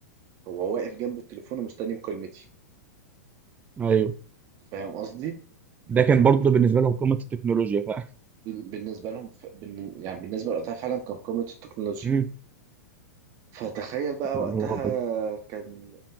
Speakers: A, on the right; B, on the right.
A: هو واقف جنب التليفون ومستني مكالمتي
B: ايوه
A: فاهم قصدي؟
B: ده
A: لكن
B: كان برضه
A: ت-
B: بالنسبه لهم قمه التكنولوجيا فاهم
A: بالنسبة لهم ف... بالن- يعني بالنسبة لوقتها فعلا كان قمة التكنولوجيا
B: مم.
A: فتخيل
B: <laughs>
A: بقى
B: اللي
A: وقتها
B: هو بس
A: كان